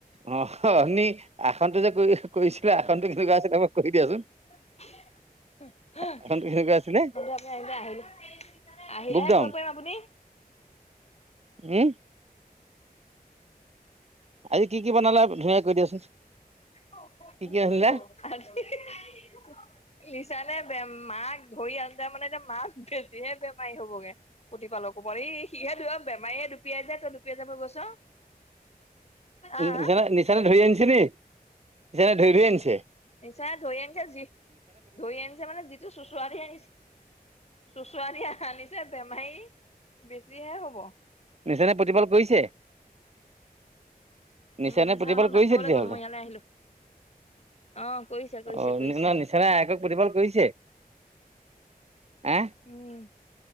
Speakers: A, on the right; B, on the left.
A: অ, অথনি আসনটো যে কৰি -কৰিছিলে আসনটো কেনেকুৱা আছিলে মোক কৈ দিয়াচোন?
B: <unintelligible>
A: আসনটো কেনেকুৱা আছিলে?
B: আপুনি আজি আহিলে -আহিল-আহিলেহে
A: বুক ডাউন।
B: কৰিব পাৰিম আপুনি।
A: <inaudible> উম, আজি কি-কি বনালে ধুনীয়া কেই কৈ দিয়াচোন?
B: <unintelligible>
A: কি কি ৰান্ধিলা?
B: ধৰি আনজা মানে এতিয়া মাছ বেছিহে বেমাৰী হ'বগে প্ৰতিুপালকো <unintelligible> সিহে দুয়ো বেমাৰীয়ে ডুপিয়াই যে তই ডুপিয়াই যাব গৈছ। আহ
A: নিচানে- নিচানে ধৰি আনচে নি নিচানে ধৰি - ধৰি আনছে।
B: নিচাই ধৰি আনিছে যি ধৰি আনিছে মানে যিটো চুচৰা দি আনিছে চোচৰা দি আনিছে বেমাৰী বেছিহে হ'ব।
A: নিচানে প্ৰতিপাল কৰিছে? নিচানে
B: উম মিছা
A: প্ৰতিপাল
B: নহয়
A: কৰিছে
B: ভাত খাবলৈ
A: তেতিয়াহলে
B: গ'ল মই
A: <inaudible> অ,
B: ইয়ালৈ আহিলো অ কৰিছে কৰিছে
A: ন'
B: কৰিছে
A: নিচ নিচানে আয়েকক প্ৰতিপাল কৰিছে? এ
B: উম